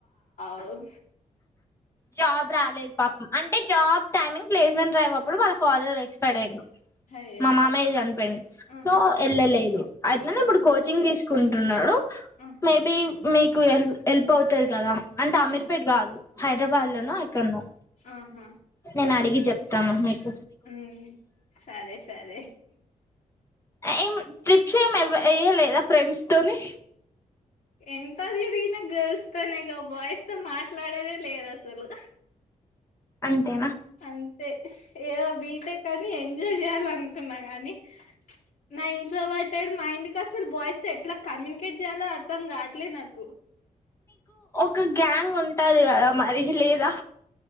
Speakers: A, on the left; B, on the left.
A: అవు
B: జాబ్ రాలేదు పాపం అంటే జాబ్ టైమింగ్ ప్లేస్మెంట్ డ్రైవ్ అప్పుడు ఫాదర్ ఎక్స్పైర్డ్ అయ్యారు
A: అయ్యో
B: మా మామయ్య చనిపోయిండు
A: ఆహా
B: సో వెళ్ళలేదు అట్లనే
A: ఉహు
B: ఇప్పుడు కోచింగ్ తీసుకు కుంటున్నడు.
A: ఆహా
B: మే బీ మేక్ కూయలెదు హెల్ప్ అవుతది కదా. శామీర్పేట్
A: ఆహా
B: కాదు హైదరాబాద్
A: ఆహా
B: లనో, ఎక్కడ్నో.
A: ఆహా
B: నేనడిగి చెప్ <unintelligible>
A: ఉమ్, సరే సర్
B: ఏమ్ ట్రిప్స్ ఏం ఎల్ తొ ఎయ్య లేదా ఫ్రెండ్స్ తోని
A: ఎంత తిరిగిన గర్ల్స్ తొనేగా, బాయ్స్ తో మాట్లాడేదే లేదసలు.
B: అంతేనా?
A: అంతే, ఏదో బీటెక్ అని ఎంజాయ్ చేయాలనుకున్న కని. నా ఇంట్రోవర్టెడ్ మైండ్ క్ క అసల్ బాయ్స్ తో ఎట్ల కమ్యూనికేట్ చేయాలో అస్ ర్థం కాట్లే నాకు.
B: క గ్యాంగ్ ఉంటది కదా, మరి లేదా?